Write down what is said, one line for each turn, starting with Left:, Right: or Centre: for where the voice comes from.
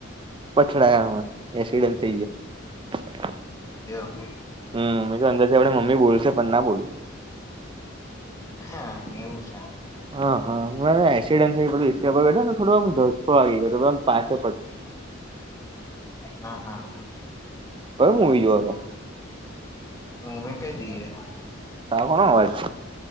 Right: પછડાયામાં એસિડન્ટ ચાઈયે યે
Left: દયો
Right: હમ્મ મે તો અંદાજ એવડે મમ્મીલશે પણ ના બોલી
Left: હા એવું છે
Right: હ-હ મને એકસીડન્ટ થયો પેલું હીંચકા પર બેઠો થોડો આમ ધક્કો આવી ગયો આમ પાછો
Left: હા-હા.
Right: ક્યુ મુવી જોવા કો?
Left: હવે કઈ જઈએ હ.
Right: આ કોનો અવાજ?